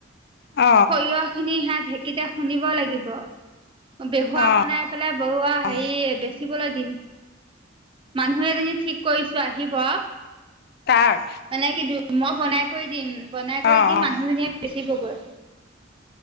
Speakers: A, on the left; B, on the right.
A: অ অ
B: সৰিয়হ খিনি সে ঢেঁকীতে খুন্দিব লাগিব, বেহুৱা
A: অ
B: বনাই পেলাই বহুৱা হেৰি
A: অ
B: বেচিবলৈ দিম। মানুহ এজনী ঠিক কৰিছো আহিব
A: তাক।
B: মানে কিন্তু মই বনাই কৰি দিম, বনাই
A: অ অ
B: কৰি দি মানুহজনীয়ে বেছি বগৈ।